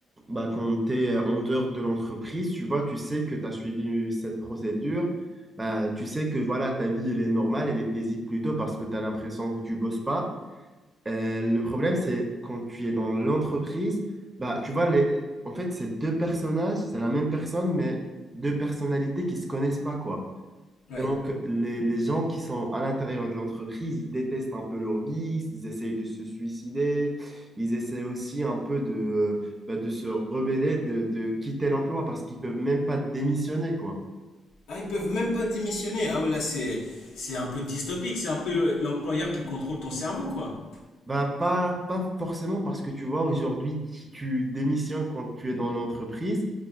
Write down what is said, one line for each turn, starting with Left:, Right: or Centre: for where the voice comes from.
Right: bah quand tu es en dehors de l'entreprise, tu vois, tu sais que tu as suivi cette procédure. Bah, tu sais que voilà, ta vie, elle est normale, elle est paisible plutôt parce que tu as l'impression que tu bosses pas. Euh, le problème, c'est quand tu es dans l'entreprise, bah, tu vois, les, en fait, c'est deux personnages, c'est la même personne, mais deux personnalités qui se connaissent pas, quoi.
Left: Ouais.
Right: Et donc, les, les gens qui sont à l'intérieur de l'entreprise, ils détestent un peu leur vie, ils essayent de se suicider, ils essaient aussi un peu de, bah, de se rebeller, de, de quitter l'emploi parce qu'ils peuvent même pas démissionner, quoi.
Left: Ah, ils peuvent même pas démissionner. Ah ouais, là c'est c'est un peu dystopique, c'est un peu l'employeur qui contrôle ton cerveau quoi.
Right: Bah, pas, pas forcément parce que tu vois, aujourd'hui, si tu démissionnes quand tu es dans l'entreprise,